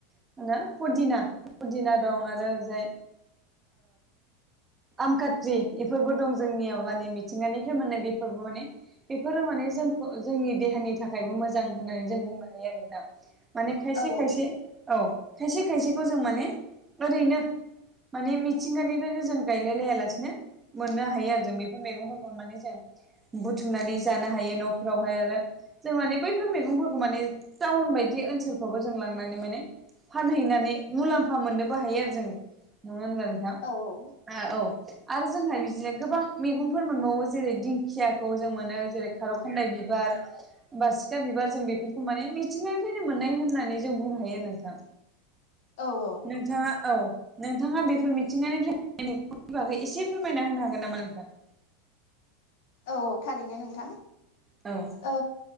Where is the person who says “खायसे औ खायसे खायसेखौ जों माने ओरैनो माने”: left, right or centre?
Right